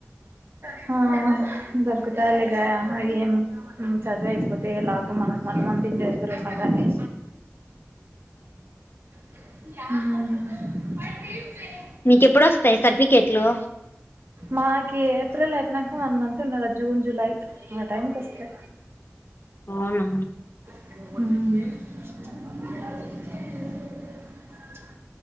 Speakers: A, on the right (about 50°); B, on the left (about 45°).
A: హా దొరుకు తాదిలేగా అహా యేం మ్మ్ చదువు అయిపోతే ఎలాగో మనం మనుమం ఇంటి దగ్గర ఉన్న కానీ, మన
B: మీక ఎప్పుడు వస్తాయి సర్టిఫికెట్లు
A: మాకి పత్ర అయిపోనాక వన్ మంత్ ఉండిది జూన్ జూలై మా టైంకిస్తే
B: అవునా
A: అ